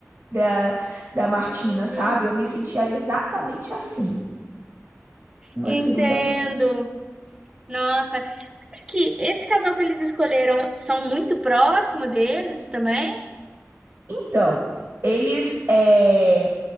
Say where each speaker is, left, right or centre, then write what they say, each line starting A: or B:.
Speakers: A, on the right; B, on the right.
A: da, da Martina,
B: uhum,
A: sabe? Eu me sentia exatamente assim, uma
B: entendo.
A: segunda mãe.
B: Nossa, que esse casal que eles escolheram são muito próximo deles também?
A: Então, eles. é,